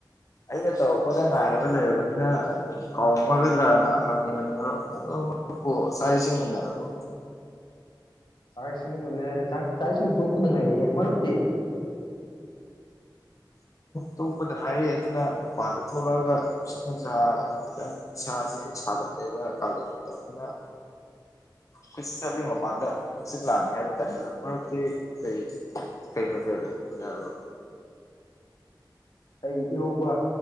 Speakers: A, on the left (about 40°); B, on the left (about 70°).
A: ꯑꯩꯅ ꯇꯧꯔꯛꯄꯗ ꯉꯥꯏꯔꯒ ꯂꯩꯔꯕꯅꯤꯅ ꯀꯥꯎꯔꯝ ꯐꯒꯗ꯭ꯔꯅ ꯍꯪꯉꯤꯕꯅꯤ ꯃꯔꯨꯞ ꯑꯗꯣ ꯃꯔꯨꯞꯄꯨ ꯆꯥꯛ ꯏꯁꯤꯡ ꯀꯨꯟꯅꯔꯛꯄ
B: ꯆꯥꯛ ꯏꯁꯤꯡꯥꯛ ꯆꯥꯛ ꯏꯁꯤꯡ ꯇꯣꯛꯄꯗ ꯉꯥꯏꯔꯛꯑꯦ ꯃꯔꯛꯇꯤ
A: ꯇꯣꯛꯄꯗꯅ ꯍꯥꯏꯔꯛꯑꯦ ꯑꯗꯨꯅ ꯃꯄꯥꯟꯗ ꯊꯣꯛꯂꯛꯑꯒ ꯅꯨꯡꯁꯠ ꯪꯁꯥ ꯈꯤꯇꯪ ꯏꯁꯁꯤ ꯁꯥꯒꯠꯂꯦꯗ ꯀꯥꯂꯦꯟ ꯃꯇꯝꯗꯅ ꯀꯆꯠ ꯆꯠꯂꯤ ꯃꯄꯥꯟꯗ ꯈꯪꯆꯤꯠ ꯂꯥꯛꯑꯅꯤ ꯍꯥꯏꯕ ꯇꯥꯏ ꯃꯔ ꯃꯔꯛꯇꯤ ꯀꯩ ꯀꯩ ꯃꯊꯦꯜ ꯎꯅꯔꯕ
B: ꯑꯩ ꯏꯔꯣꯝꯕ